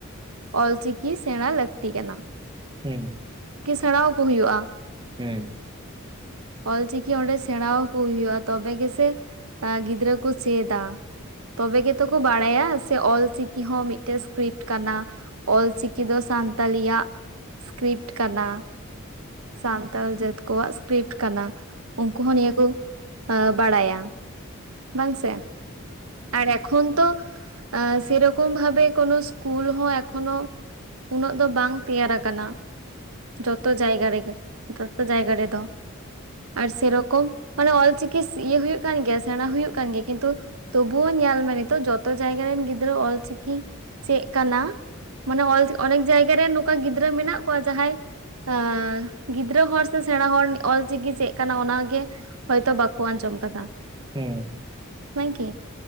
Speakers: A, on the right; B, on the right.
A: ᱚᱞᱪᱤᱠᱤ ᱥᱮᱲᱟ ᱞᱟᱹᱠᱛᱤ ᱠᱟᱱᱟ
B: ᱦᱮᱸ
A: ᱥᱮᱲᱟᱣ ᱠᱩ ᱦᱩᱭᱩᱜᱼᱟ
B: ᱦᱮᱸ <unintelligible>
A: ᱚᱞᱪᱤᱠᱤ ᱚᱸᱰᱮ ᱥᱮᱲᱟᱣ ᱠᱩ ᱦᱩᱭᱩᱜᱼᱟ ᱛᱚᱵᱮ ᱜᱮᱥᱮ ᱜᱤᱫᱽᱨᱟᱹ ᱠᱚ ᱪᱮᱫᱟ ᱛᱚᱵᱮ ᱜᱮᱛᱚ ᱠᱚ ᱵᱟᱲᱟᱭᱟ ᱪᱮᱫᱟᱜ <inaudible> ᱥᱮ ᱚᱞᱪᱤᱠᱤ ᱦᱚᱸ ᱢᱤᱫᱴᱮ ᱥᱠᱨᱤᱯᱴ ᱠᱟᱱᱟ ᱚᱞᱪᱤᱠᱤ ᱫᱚ ᱥᱟᱱᱛᱟᱞᱤᱭᱟᱜ ᱥᱠᱨᱤᱯᱴ ᱠᱟᱱᱟ ᱥᱟᱱᱛᱟᱞ ᱡᱟᱹᱛ ᱠᱚᱣᱟᱜ ᱥᱠᱨᱤᱯᱴ ᱠᱟᱱᱟ ᱩᱱᱠᱩ ᱦᱚᱸ ᱱᱤᱭᱟᱹ ᱠᱚ ᱟ ᱵᱟᱲᱟᱭᱟ ᱵᱟᱝᱥ ᱟᱨ ᱮᱠᱷᱚᱱ ᱛᱚ ᱟ ᱥᱮᱨᱚᱠᱚᱢ ᱵᱷᱟᱵᱮ ᱠᱚᱱᱳ ᱥᱠᱩᱞ ᱦᱚᱸ ᱮᱠᱷᱚᱱᱳ ᱩᱱᱟᱹᱜ ᱫᱚ ᱵᱟᱝ ᱛᱮᱭᱟᱨᱟ ᱟᱠᱟᱱᱟ ᱡᱚᱛᱚ ᱡᱟᱭᱜᱟ ᱨᱮᱜᱮ ᱡᱚᱛᱚ ᱡᱟᱭᱜᱟ ᱨᱮᱫᱚ ᱟᱨ ᱥᱮᱨᱚᱠᱚᱢ ᱢᱟᱱᱮ ᱚᱞᱪᱤᱠᱤ ᱤᱭᱟᱹ ᱦᱩᱭᱩᱜ ᱠᱟᱱ ᱜᱮᱭᱟ ᱥᱮᱲᱟ ᱦᱩᱭᱩᱜ ᱠᱟᱱ ᱜᱮᱭᱟ ᱠᱤᱱᱛᱩ ᱛᱚᱵᱩ ᱧᱮᱞ ᱢᱮ ᱱᱤᱛᱚᱜ ᱡᱚᱛᱚ ᱡᱟᱭᱜᱟ ᱨᱮᱱ ᱜᱤᱫᱽᱨᱟᱹ ᱚᱞ ᱪᱤᱠᱤ ᱪᱮ ᱠᱟᱱᱟ ᱢᱟᱱᱮ ᱚᱞ ᱚᱱᱮᱠ ᱡᱟᱭᱜᱟᱮ ᱨᱮ ᱱᱚᱝᱠᱟ ᱜᱤᱫᱽᱨᱟᱹ ᱢᱮᱱᱟᱜ ᱠᱚᱣᱟ ᱡᱟᱦᱟᱸᱟᱭ ᱟ ᱜᱤᱫᱽᱨᱟᱹ ᱦᱚᱲ ᱥᱮ ᱥᱮᱰᱟ ᱦᱚᱲ ᱚᱞᱪᱤᱠᱤ ᱪᱮᱫ ᱠᱟᱱᱟ ᱚᱱᱟᱜᱮ ᱦᱚᱭᱛᱚ ᱵᱟᱠᱚ ᱟᱸᱡᱚᱢ ᱮᱢ ᱟᱠᱟᱫᱟ <unintelligible>
B: ᱦᱮᱸ <unintelligible>
A: <unintelligible>